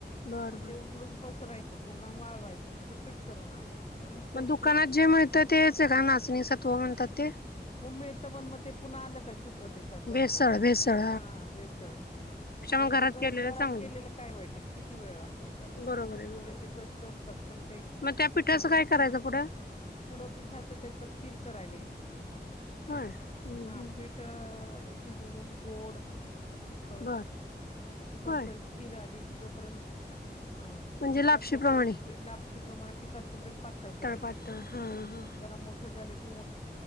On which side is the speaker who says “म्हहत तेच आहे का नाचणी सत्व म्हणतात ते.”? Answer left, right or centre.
Left